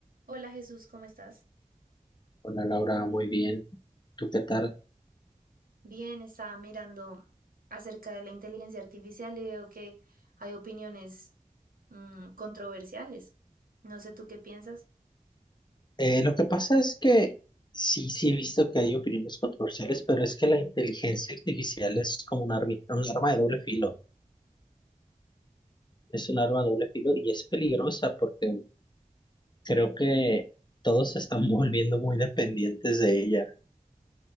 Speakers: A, on the right; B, on the left.
A: Hola Jesús, ¿cómo estás?
B: Hola Laura, muy bien. ¿Tú qué tal?
A: Bien, estaba mirando acerca de la inteligencia artificial y veo que hay opiniones mm, controversiales. No sé tú qué piensas.
B: Eh, lo que pasa es que sí, sí he visto que hay opiniones controversiales, pero es que la inteligencia artificial es como un arma, un arma de doble filo. Es un arma de doble filo y es peligrosa porque creo que todos se están <laughs> volviendo muy dependientes de ella.